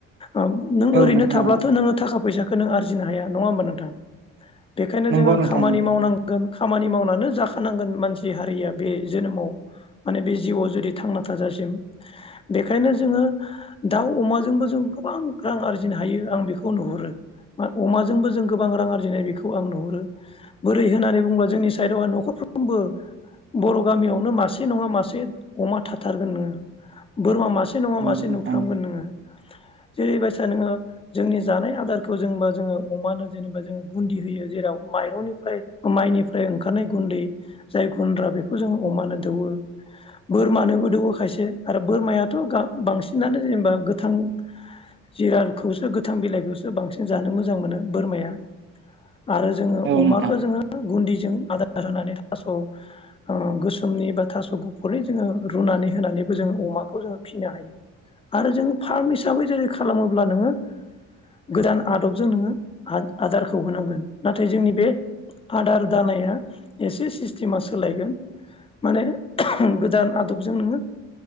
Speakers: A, on the left; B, on the right.
A: ओम नों
B: औ
A: ओरैनो
B: नोंथां
A: थाब्लाथ'
B: औ
A: नोङो थाखा फैसा। आरजिनो हाया नङा होमबा नोंथां। बेखायनो
B: नंगौ
A: जोङो
B: नोंथां
A: खामानि
B: नंगौ
A: मावनांगोन खामानि मावनानो जाखानांगोन मानसि हारिया। बे जोनोमाव माने बे जिउआव जुदि थांना थाजासिम बेखायनो जोङो दाउ अमाजोंबो जों गोबां रां आरजिनो हायो आं बेखौ नुहुरो। मा अमाजोंबो जों गोबां रां आरजिनाय बेखौ आं नुहरो बोरै होननानै बुङोबा जोंनि साइदआवहा न'खरफ्रोमबो बर' गामियावनो मासे नङा मासे अमा थाथारगोन नोङो बोरमा मासे मासे नङा
B: नंगौ
A: मासे
B: नोंथां
A: नुफ्रामगोन नोङो। जेरैबायसा नोङो जोंनि जानाय आदार खौ जेनेबा जोङो अमानो जेनेबा जों गुनदि होयो जेराव माइरंनिफ्राय माइनिफ्राय ओंखारनाय गुन्दै जाय गुन्द्रा बेखौ जों अमानो दौवो बोरमानोबो दौवो खायसे आरो बोरमायाथ' गां बांसिनानो जेनेबा गोथां जिरादखौसो गोथां बिलाइखोसो बांसिन जानो मोजां मोनो बोरमाया। आरो जोङो
B: औ
A: अमाखो
B: नोंथां
A: जोङो गुनदिजों आदार होनानै थास' ओ गोसोमनि बा थास' गुफुरनि जोङो रुनानै होनानैबो जोङो अमाखौ जोङो फिनो हायो आरो जोङो फार्म हिसाबै जोलै खालामोब्ला नोङो गोदान आदबजों नोङो आ आदारखौ होनांगोन नाथाय जोंनि बे आदार दानाया एसे सिस्टेमा सोलायगोन माने <unintelligible> गोदान आदबजों नोङो